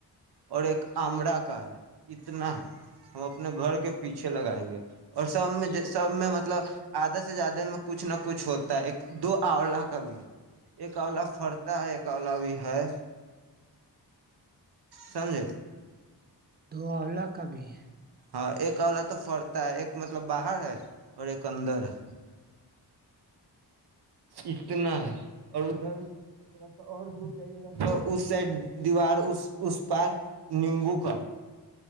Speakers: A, on the right; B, on the right.
A: اور ایک آمڑا کا ہے اتنا ہے ہم اپنے گھر کے پیچھے لگائے ہوئے اور سب میں سب میں مطلب آدھا سے زیادہ میں کچھ نہ کچھ ہوتا ہے ایک دو آولہ کا بھی ہے ایک آولہ فرتا ہے ایک آولا بھی ہے سمھے <unintelligible>
B: دو اولہ کا بھی ہے
A: ہاں ایک والا تو فرتا ہے ایک مطلب باہر ہے اور ایک اندر ہے اتنا ہے اور ادھر تھوڑا سا اور دور جائیے گا تو اس سائڈ دیوار اس اس پار نیمبو کا